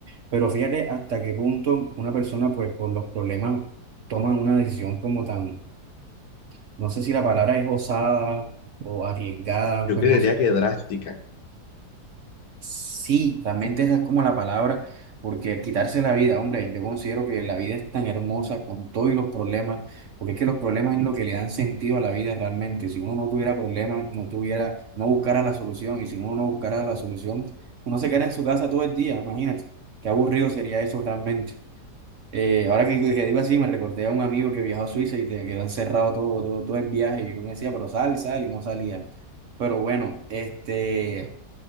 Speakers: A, on the right; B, on the left.
A: Pero fíjate hasta qué punto una persona, pues por los problemas, toma una decisión como tan, no sé si la palabra es osada o arriesgada,
B: Yo
A: pues
B: creería
A: no sé,
B: que drástica.
A: Sí, realmente esa es como la palabra, porque quitarse la vida, hombre, yo considero que la vida es tan hermosa con todos los problemas, porque es que los problemas es lo que le dan sentido a la vida realmente. Si uno no tuviera problemas, no tuviera, no buscara la solución, y si uno no buscara la solución, uno se queda en su casa todo el día, imagínate, qué aburrido sería eso realmente. Eh, ahora que, que digo así, me recordé a un amigo que viajó a Suiza y te quedó encerrado todo, todo, todo el viaje, y uno decía, pero sal, sal, y no salía. Pero bueno, este...